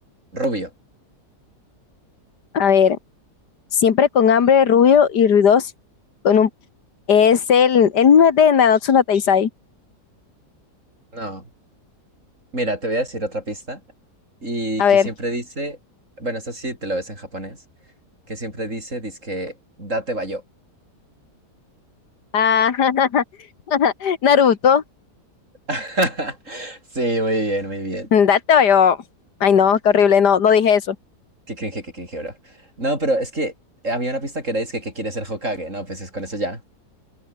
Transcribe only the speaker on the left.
A ver. Siempre con hambre, rubio y ruidoso. Con un, es el, él no es de Nanatsu no Taizai.
A
ver.
Ah, <laughs> Naruto.
Date yo. Ay, no, qué horrible. No, no dije eso.